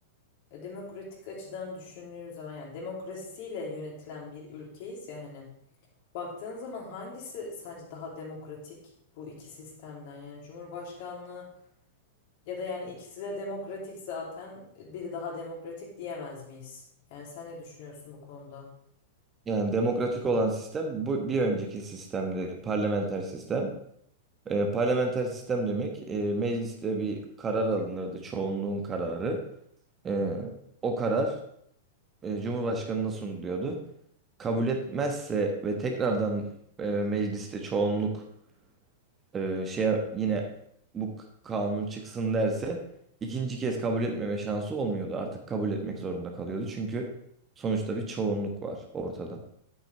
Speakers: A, on the left; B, on the right.
A: E, Demokratik açıdan düşündüğün zaman yani demokrasiyle yönetilen bir ülkeyiz ya hani baktığın zaman hangisi sence daha demokratik bu iki sistemden yani Cumhurbaşkanlığı ya da yani ikisi de demokratik zaten biri daha demokratik diyemez miyiz? Yani sen ne düşünüyorsun bu konuda?
B: Yani demokratik olan sistem bu bir önceki sistemde parlamenter sistem. Ee, parlamenter sistem demek e, mecliste bir karar alınırdı çoğunluğun kararı. Ee, o karar e, Cumhurbaşkanına sunuluyordu. Kabul etmezse ve tekrardan e, mecliste çoğunluk e, şeye yine bu k- kanun çıksın derse ikinci kez kabul etmeme şansı olmuyordu. Artık kabul etmek zorunda kalıyordu. Çünkü sonuçta bir çoğunluk var ortada.